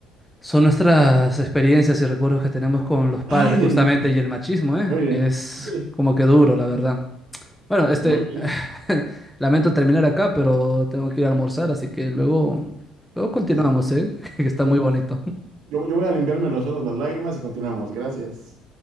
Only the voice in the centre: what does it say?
Son nuestras experiencias y recuerdos que tenemos con los padres,
justamente,
y el machismo, ¿eh?
Que es
como que duro, la verdad. Bueno, este,
<laughs> lamento terminar acá, pero tengo que ir a almorzar, así que luego, luego continuamos,
¿eh? <laughs> Que está
muy bonito.